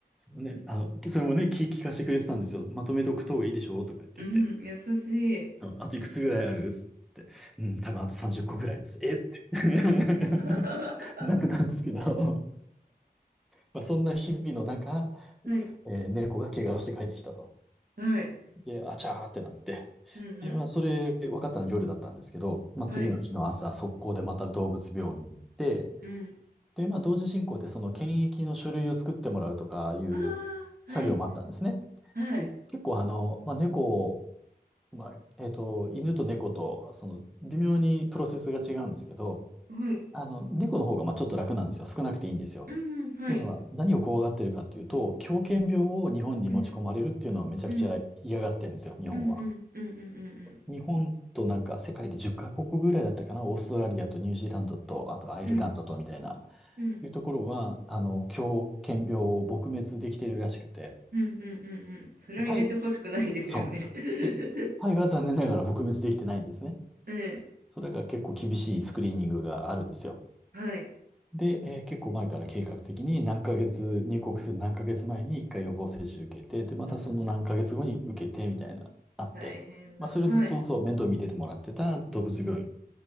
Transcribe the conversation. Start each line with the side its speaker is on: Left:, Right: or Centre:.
Centre: うね、あの、それもね、聞、聞かせてくれてたんですよ。まとめておくといいでしょうとか言って言って、
Right: うん、優しい。
Centre: あのあといくつぐらいあるっつって、うん、多分あと30個ぐらいっつって、えって <laughs>
Right: は
Centre: なってたんですけど、まあ、そんな日々の中、
Right: い。
Centre: えー猫が怪我をして帰ってきたと。
Right: はい。
Centre: で、あちゃーってなって。
Right: うん
Centre: で、まあ、それ分かったの夜だったんですけど、まあ、
Right: うん。
Centre: 次の日の朝、
Right: はい。
Centre: 速攻でまた動物病院に行って、
Right: うん。
Centre: で、まあ、同時進行でその検疫の書類を作ってもらうとかいう作業もあったんですね。
Right: ああ、はい。はい。
Centre: で結構あの、まあ、猫、まあ、えっと、犬と猫と、その、微妙にプロセスが違うんですけど、
Right: はい。
Centre: あの、猫の方が、まあ、ちょっと楽なんですよ。少なくていいんですよ。
Right: うんうん。はい。
Centre: っていうのは、何を怖がってるかっていうと、狂犬病を日本に持ち込まれるっていうのをめちゃくちゃ嫌がってるんですよ、
Right: うん。うん。
Centre: 日本は。
Right: うんうんうんうんう
Centre: 日本となんか世界で10カ国ぐらいだったかな、オーストラリアとニュージーランドと、あとアイルランドとみたいな、
Right: んうん。はい。うん。
Centre: いうところは、あの、狂犬病を撲滅できてるらしくて、
Right: うんうんうんうん。それは入れてほしくないですよね。
Centre: タイそう。
Right: <laughs>
Centre: で、タイは残念ながら撲滅できてないんですね。
Right: ええ。
Centre: そうだから結構厳しいスクリーニングがあるんですよ。
Right: はい。
Centre: で、えー結構前から計画的に何ヶ月、入国する何ヶ月前に一回予防接種受けて、で、またその何ヶ月後に受けてみたいな、
Right: あ
Centre: あって。
Right: ー大変だ。
Centre: まあ、それずっとそう、
Right: はい。
Centre: 面倒見ててもらってた動物病院